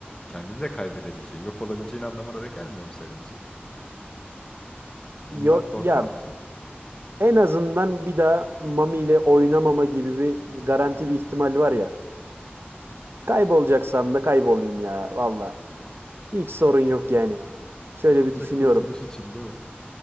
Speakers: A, on the left; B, on the right.
A: kendini de kaybedebileceğin, yok olabileceğin anlamına da gelmiyor mu senin için? Bundan
B: Yo, ya
A: korkmaz mısın?
B: en azından bir daha Mami ile oynamama gibi bir garanti bir ihtimal var ya. Kaybolacaksam da kaybolayım ya. Valla. Hiç sorun yok yani. Şöyle
A: Komple
B: bir düşünüyorum.
A: kurtuluş için değil mi?